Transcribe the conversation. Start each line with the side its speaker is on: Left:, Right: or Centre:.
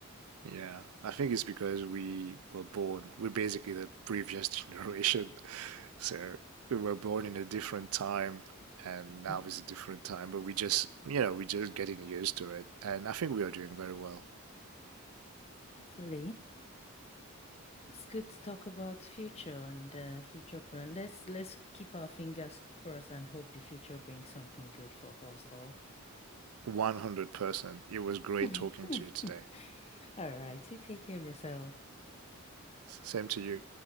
Right: Yeah, I think it's because we were born, we're basically the previous <laughs> generation. So we were born in a different time and now
Left: <laughs>
Right: is a different time, but we just, you know, we're just getting used to it. And I think we are doing very well.
Left: Hopefully. It's good to talk about future and uh, future plan. Let's let's keep our fingers crossed and hope the future brings something good for us all.
Right: 100%. It was great
Left: <laughs>
Right: talking to you today.
Left: All right, you take care of yourself.
Right: Same to you.